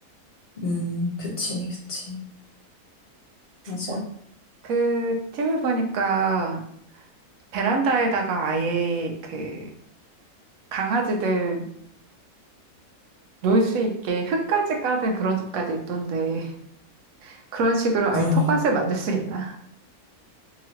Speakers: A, on the left; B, on the right.
A: 음, 그치, 그치. 맞아.
B: 어, 그 TV 보니까 베란다에다가 아예 그 강아지들 놀 수 있게 흙까지 까는 그런 집까지 있던데 그런 식으로 아예
A: 어.
B: 텃밭을 만들 수 있나?